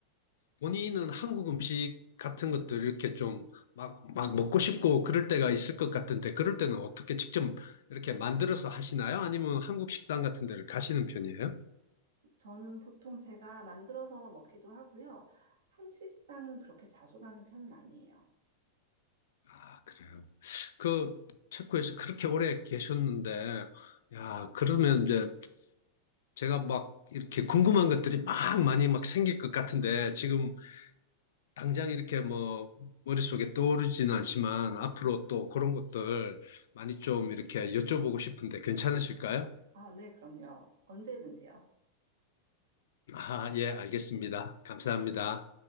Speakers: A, on the left; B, on the right.
A: 본인은 한국 음식 같은 것들 이렇게 좀 막, 막 먹고 싶고 그럴 때가 있을 것 같은데, 그럴 때는 어떻게 직접 이렇게 만들어서 하시나요? 아니면 한국 식당 같은 데를 가시는 편이에요?
B: 저는 보통 제가 만들어서 먹기도 하고요. 한식당은 그렇게 자주 가는 편은 아니에요.
A: 아, 그래요. 그, 체코에서 그렇게 오래 계셨는데, 야, 그러면 이제 제가 막 이렇게 궁금한 것들이 막 많이 막 생길 것 같은데, 지금 당장 이렇게 뭐 머릿속에 떠오르지는 않지만 앞으로 또 그런 것들 많이 좀 이렇게 여쭤보고 싶은데 괜찮으실까요?
B: 아, 네, 그럼요. 언제든지요.
A: 아, 예, 알겠습니다. 감사합니다.